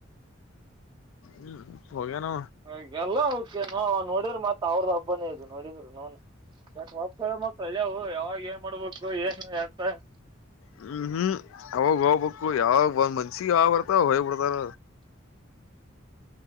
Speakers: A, on the left (about 75°); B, on the right (about 20°).
A: ಹ್ಮ್ ಹೋಗ ನ
B: ಹಾಗಲ್ಲ ಕೆ ನಾ ನೋಡಿದ್ರೆ ಮತ್ತ ಅವ್ರದ ಹಬ್ಬನೇ ಇದು ನೋಡಿದ್ರು ನ ಮಳ ಯಾವಾಗ ಏನ್ ಮಾಡ್ಬೇಕು ಏನ್ ಯತ
A: ಹ್ಮ್ ಹ್ಮ್ ಅವಾಗ ಹೋಗ್ಬೇಕು ಯಾವಾಗ ಒಂದ್ ಮನ್ಸಿಗೆ ಯಾವ್ ಬರ್ತಾವ ಹೋಗ್ಬ ಬಿಡ್ತಾರ